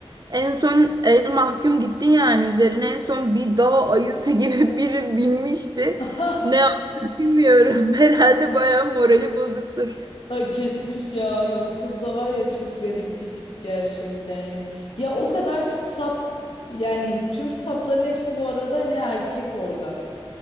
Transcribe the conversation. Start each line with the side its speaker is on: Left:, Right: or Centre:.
Right: En son el mahkum gitti yani üzerine en son bir dağ ayısı <laughs> gibi biri binmişti.
Left: <laughs>
Right: Ne yap- bilmiyorum. <laughs> Herhalde bayağı morali bozuktur.
Left: Hak etmiş ya. Ya O kız da var ya çok garip bir tip gerçekten yani. Ya o kadar sap yani tüm sapların hepsi bu arada hani erkek orada.